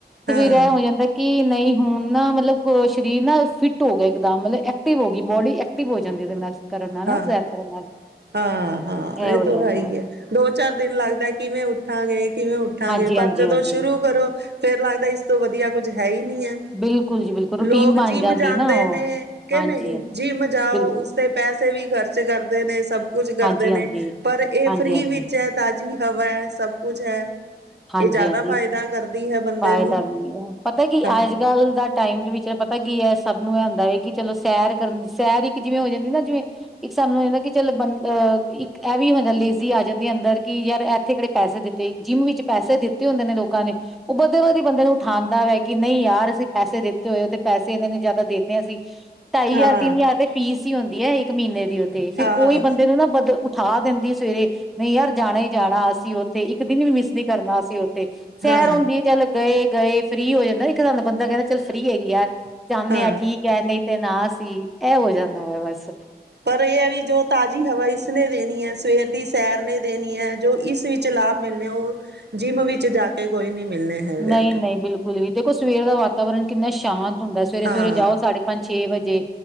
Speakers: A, in the centre; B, on the right.
A: ਸਵੇਰੇ
B: ਹਾਂ
A: ਇਹ ਹੋ ਜਾਂਦਾ ਕਿ ਨਹੀਂ ਹੁਣ ਨਾ ਮਤਲਬ ਸਰੀਰ ਨਾ ਫਿਟ ਹੋ ਗਿਆ ਇੱਕਦਮ ਮਤਲਬ ਐਕਟਿਵ ਹੋ ਗਈ ਬੋਡੀ ਐਕਟਿਵ ਹੋ ਜਾਂਦੀ ਉਹਦੇ ਨਾਲ ਕਰਨ ਨਾਲ
B: ਹਾਂ
A: ਸੈਰ ਕਰਨ ਨਾਲ
B: ਹਾਂ ਹਾਂ ਇਹ
A: ਹੋ
B: ਤਾਂ
A: ਜਾਂਦਾ
B: ਹੈ ਹੀ ਹੈ ਦੋ ਚਾਰ ਦਿਨ ਲੱਗਦਾ ਕਿਵੇਂ ਉੱਠਾਂਗੇ ਕਿਵੇਂ ਉੱਠਾਂਗੇ
A: ਹਾਂਜੀ
B: ਪਰ
A: ਹਾਂਜੀ
B: ਜਦੋਂ
A: ਹਾਂਜੀ
B: ਸ਼ੁਰੂ ਕਰੋ ਫੇਰ ਲੱਗਦਾ ਇਸ ਤੋਂ ਵਧੀਆ ਕੁੱਝ ਹੈ ਹੀ ਨਹੀ ਹੈ
A: ਬਿਲਕੁਲ ਜੀ ਬਿਲਕੁਲ ਰੂਟੀਨ
B: ਲੋਕ
A: ਬਣ
B: ਜਿਮ
A: ਜਾਂਦੀ
B: ਜਾਂਦੇ
A: ਨਾ ਉਹ
B: ਨੇ ਕਿ
A: ਹਾਂਜੀ
B: ਨਹੀਂ
A: ਹਾਂਜੀ
B: ਜਿਮ ਜਾਓ
A: ਬਿਲਕੁਲ
B: ਉਸਦੇ ਪੈਸੇ ਵੀ ਖਰਚ ਕਰਦੇ ਨੇ ਸਭ ਕੁਛ ਕਰਦੇ
A: ਹਾਂਜੀ
B: ਨੇ
A: ਹਾਂਜੀ
B: ਪਰ ਇਹ
A: ਹਾਂਜੀ
B: ਫ੍ਰਰੀ
A: ਹਾਂਜੀ
B: ਵਿੱਚ ਹੈ ਤਾਜ਼ੀ ਹਵਾ ਹੈ ਸਭ ਕੁਛ ਹੈ
A: ਹਾਂਜੀ
B: ਇਹ ਜ਼ਿਆਦਾ
A: ਹਾਂਜੀ
B: ਫਾਇਦਾ ਕਰਦੀ ਹੈ ਬੰਦੇ
A: ਫਾਇਦਾ
B: ਨੂੰ
A: ਵੀ ਹੈ ਪਤਾ ਕੀ
B: ਹਾਂ
A: ਅੱਜ ਗੱਲ ਦਾ ਟਾਈਮ ਦੇ ਵਿੱਚ ਪਤਾ ਕੀ ਹੈ ਸਭ ਨੂੰ ਇਹ ਆਉਂਦਾ ਹੈ ਕਿ ਚਲੋ ਸੈਰ ਕਰਨ ਦੀ ਸੈਰ ਇੱਕ ਜਿਵੇਂ ਹੋ ਜਾਂਦੀ ਨਾ ਜਿਵੇਂ ਇੱਕ ਸਾਨੂੰ ਕਦਾ ਕਿ ਚੱਲ ਬੰ ਇੱਕ ਇਹ ਵੀ ਹੁੰਦਾ ਲੇਜ਼ੀ ਆ ਜਾਂਦੀ ਅੰਦਰ ਕਿ ਯਾਰ ਇੱਥੇ ਕਿਹੜੇ ਪੈਸੇ ਦਿੱਤੇ ਜਿੰਮ ਵਿੱਚ ਪੈਸੇ ਦਿੱਤੇ ਹੁੰਦੇ ਨੇ ਲੋਕਾਂ ਨੇ ਉਹ ਬਧਦੇ ਵਧੀ ਬੰਦੇ ਨੂੰ ਠਾਂਦਾ ਵਾ ਕਿ ਨਹੀਂ ਯਾਰ ਅਸੀਂ ਪੈਸੇ ਦਿੱਤੇ ਹੋਏ ਤੇ ਪੈਸੇ ਇਹਨੇ ਨੂੰ ਜ਼ਿਆਦਾ ਦਿੰਦੇ ਹਾਂ ਅਸੀਂ ਢਾਈ ਹਜ਼ਾਰ
B: ਹਾਂ
A: ਤਿੰਨ ਹਜ਼ਾਰ ਤੇ ਫੀਸ ਹੀ ਹੁੰਦੀ ਹੈ ਇੱਕ ਮਹੀਨੇ ਦੀ ਉੱਥੇ ਫੇਿਰ
B: ਹਾਂ
A: ਉਹੀ ਬੰਦੇ ਨੂੰ ਨਾ ਬਦ ਅਠਾਹ ਦਿੰਦੀ ਸਵੇਰੇ ਨਹੀਂ ਯਾਰ ਜਾਣਾ ਹੀ ਜਾਣਾ ਅਸੀਂ ਉੱਥੇ ਇੱਕ ਦਿਨ ਵੀ ਮਿਸ ਨਹੀਂ ਕਰਨਾ ਅ ਸੀ ਉੱਥੇ ਸ਼ੈਰ
B: ਹਾਂ
A: ਹੁੰਦੀ ਹੈ ਚਲ ਗਏ ਗਏ ਫ੍ਰਰੀ ਹੋ ਜਾਂਦਾ ਇੱਕਦ ਦਾ ਬੰਦਾ ਕਹਿੰਦਾ ਚੱਲ ਫ੍ਰਰੀ ਹੈਗੀ ਆਾਰ ਜਾਣੇ
B: ਹਾਂ
A: ਆ ਠੀਕ ਕਹਿ ਨਹੀ ਤੇ ਨਾ ਸੀ ਇਹ ਹੋ ਜਾਂਦਾ ਵ ਬਸ
B: ਪਰ ਇਹ ਹੈ ਵੀ ਜੋ ਤਾਜ਼ੀ ਹਵਾ ਇਸਨੇ ਦੇਣੀ ਹੈ ਸਵੇਰ ਦੀ ਸੈਰ ਨੇ ਦੇਣੀ ਹੈ ਜੋ ਇਸ ਵਿੱਚ ਵਿੱਚ ਲਾਭ ਮਿਲਣੇ ਉਹ ਜਿੰਮ ਵਿੱਚ ਜਾ ਕੇ ਕੋਈ ਨੀ ਮਿਲਣੇ ਹੈਗੇ
A: ਨਹੀਂ
B: ਨੇ
A: ਨਹੀਂ ਬਿਲਕੁਲ ਵੀ ਦੇਖੋ ਸਵੇਰ ਦਾ ਵਾਤਾਵਰਨ ਕਿੰਨਾ ਸ਼ਾਂਤ ਹੁੰਦਾ ਸਵੇਰੇ
B: ਹਾਂ
A: ਸਵੇਰੇ ਜਾਓ ਸਾਡੇ ਪੰਜ ਛੇ ਵਜੇ